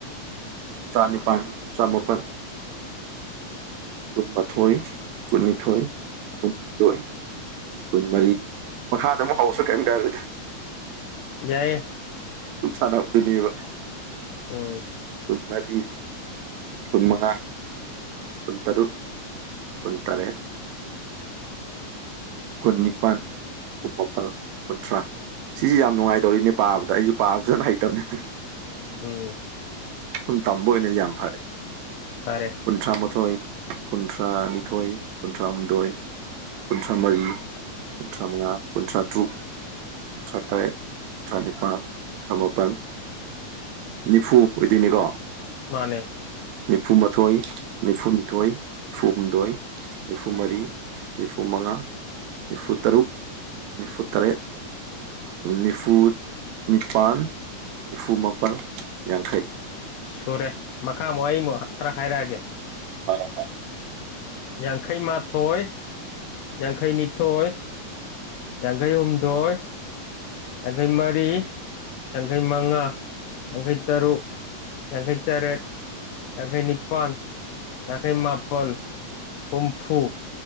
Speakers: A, on the right; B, on the left.
A: ꯆꯥꯅꯤꯄꯥꯟ ꯆ ꯃꯄꯥꯜ ꯀꯨꯟꯃꯥꯊꯣꯏ ꯀꯨꯟꯅꯤꯊꯣꯏ ꯀꯨꯟꯍꯨꯝꯗꯣꯏ ꯀꯨꯟ ꯃꯔꯤ ꯃꯈꯥꯗ ꯑꯃꯨꯛ ꯍꯧꯔꯁ ꯀꯔꯤꯝꯇ ꯀꯥꯏꯗꯦꯗꯥ
B: ꯌꯥꯏꯌꯦ
A: ꯁꯨꯝ ꯁꯥꯟꯅꯕꯗꯨꯅꯦꯕ
B: ꯎꯝ
A: ꯀꯨꯟꯃꯔꯤ ꯀꯨꯟꯃꯉꯥ ꯀꯟꯠꯇꯔꯨ ꯀꯟꯠꯇꯔꯦ ꯀꯨꯟꯅꯤꯄꯟ ꯀꯨꯝ ꯃꯥꯄꯜ ꯀꯨꯟꯊ꯭ꯔꯥ ꯁꯤꯁꯤ ꯌꯥꯝ ꯅꯨꯡꯉꯥꯏꯇꯧꯔꯤꯅꯦ ꯄꯥꯕꯗ ꯑꯩꯁꯨ ꯄꯥꯕ ꯐꯖꯅ ꯍꯩꯇꯕꯅꯤ
B: ꯎꯝ
A: ꯁꯨꯝ ꯇꯝꯕ ꯑꯣꯏꯅꯗꯤ ꯌꯥꯝ ꯐꯔꯦ
B: ꯐꯔꯦ
A: ꯀꯨꯟꯊ꯭ꯔꯥ ꯃꯥꯥꯊꯣꯏ ꯀꯨꯟꯊ꯭ꯔꯥ ꯅꯤꯊꯣꯏ ꯀꯨꯟꯊ꯭ꯔꯥꯍꯨꯝꯗꯣꯏ ꯀꯨꯟꯊ꯭ꯔꯥ ꯃꯔꯤ ꯀꯨꯟꯊ꯭ꯔꯥ ꯃꯉꯥ ꯀꯨꯟꯊ꯭ꯔꯥ ꯇꯔꯨꯛ ꯥ ꯀꯨꯟꯊꯔꯥ ꯇꯥꯔꯦꯠ ꯀꯨꯅꯊꯔꯥ ꯅꯤꯄꯟ ꯀꯨꯟꯇꯔꯥ ꯃꯄꯥꯜ ꯅꯤꯐꯨ ꯑꯣꯏꯗꯣꯏꯅꯤꯀꯣ
B: ꯃꯥꯅꯦ
A: ꯅꯤꯐꯨꯃꯥꯊꯣꯏ ꯅꯤꯐꯨꯅꯤꯊꯣꯏ ꯅꯤꯐꯨ ꯍꯨꯝꯗꯣꯏ ꯅꯤꯐꯨ ꯃꯔꯤ ꯅꯤꯐꯨꯃꯉꯥ ꯅꯤꯐꯨꯇꯔꯨꯛ ꯅꯤꯐꯨꯇꯔꯦꯠ ꯅꯤꯐꯨ ꯅꯤꯄꯥꯥꯟ ꯅꯤꯐꯨ ꯃꯥꯄꯜ ꯌꯥꯡꯈꯩ
B: ꯁꯨꯔꯦ ꯃꯈꯥꯃꯨꯛ ꯑꯩꯃꯨꯛ ꯈꯔ ꯍꯥꯏꯔꯛꯑꯒꯦ
A: ꯍꯥꯏꯔꯛꯑꫭ
B: ꯌꯥꯡꯈꯩ ꯃꯥꯊꯣꯏ ꯌꯥꯡꯈꯩꯅꯤꯊꯣꯏ ꯌꯥꯡꯈꯩ ꯍꯨꯝꯗꯣꯏ ꯌꯥꯡꯈꯩ ꯃꯔꯤ ꯌꯥꯡꯈꯩ ꯃꯉꯥ ꯌꯥꯡꯈꯩ ꯇꯔꯨꯛ ꯌꯥꯡꯈꯩ ꯇꯔꯦꯠ ꯌꯥꯡꯈꯩ ꯅꯤꯄꯥꯟ ꯌꯥꯡꯈꯩ ꯃꯥꯄꯜ ꯍꯨꯝꯐꯨ